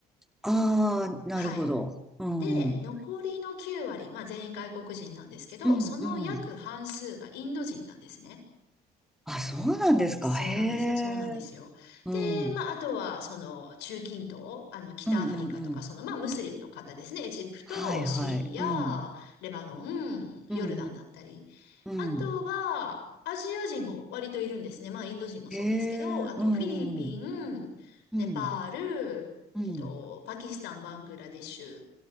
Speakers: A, in the centre; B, on the left.
A: ああ、なるほど。
B: はい。
A: うん。
B: で、
A: うん。
B: 残りの9割、まあ全員外国人なんですけど、
A: うん。
B: その約半数がインド人なんですね。
A: うんあ、そうなんですか。
B: そうなんですよ。
A: へえ。
B: そうなんですよ。
A: うん。
B: で、まあ、あとは、その、中近東、あの、北アフリカとか、
A: うん。うん。うん。
B: その、まあ、ムスリムの方ですね。エジプト、
A: はいはい。
B: シリア、
A: うん。
B: レバノン、ヨルダンだったり。
A: うん。うん。
B: あとは、
A: うん。
B: アジア人も割といるんですね。まあ、インド人もそうですけど、
A: へえ、
B: あと、
A: うんうん、
B: フィリピン、
A: うん、
B: ネパール、
A: うん。
B: えっと、パキスタン、バングラデシュ、